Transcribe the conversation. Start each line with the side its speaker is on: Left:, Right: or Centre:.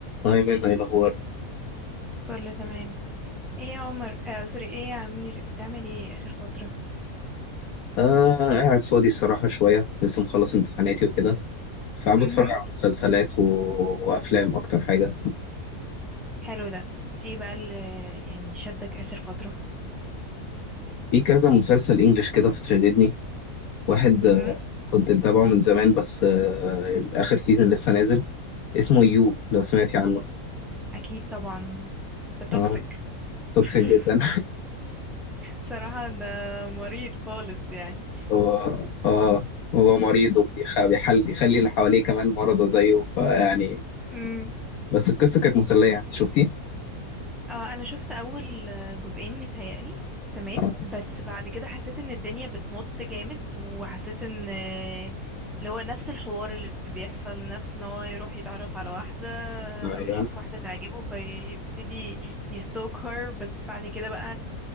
Left: أيمن إيه الأخبار؟
Centre: كله تمام ايه يا عمر آه سوري ايه يا امير بتعمل ايه اخر فترة
Left: آه قاعد فاضي الصراحة شوية لسه مخلص امتحاناتي وكده فقاعد
Centre: امم
Left: بتفرج على مسلسلات و... وأفلام أكتر حاجة
Centre: حلو ده ايه بقى اللي يعني شدك اخر فترة
Left: في كذا مسلسل إنجليش كده في تشددني واحد
Centre: امم
Left: آه كنت متابعه من زمان بس آه آخر سيزون لسه نازل اسمه يو لو سمعتي عنه
Centre: اكيد طبعا ده توكسيك
Left: آه توكسيك
Centre: <laughs>
Left: جدا
Centre: بصراحة ده مريض خالص يعني
Left: <laughs> هو آه هو مريض وبيخ- بيحل يخلي اللي حواليه كمان مرضى زيه فيعني
Centre: امم
Left: بس القصة كانت مسلية أنت شفتيه؟
Centre: آه انا شفت اول آه، جزئين متهيألي تمام
Left: آه
Centre: بس بعد كده حسيت ان الدنيا بتمط جامد وحسيت ان آه، اللي هو نفس الحوار اللي بيحصل نفس ان هو يروح يتعرف على واحدة
Left: أيوه
Centre: او يشوف واحدة تعجبه فيبتدي يستوك هير بس بعد كده بقى